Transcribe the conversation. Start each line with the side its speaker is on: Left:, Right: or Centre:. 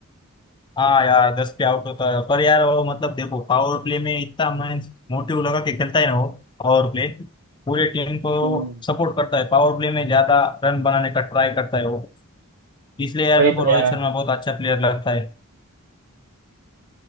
Left: हाँ यार दस पे आउट होता है पर यार वो मतलब देखो पावर प्ले में इतना मैं मोटिव लगा के खेलता है ना वो पावर प्ले पूरे टीम को
Right: हम्म
Left: सपोर्ट करता है पावर प्ले में ज्यादा रन बनाने का ट्राई करता है वो इसलिए यार
Right: वही
Left: मेरे को
Right: तो
Left: रोहित
Right: यार
Left: शर्मा बहुत अच्छा प्लेयर लगता है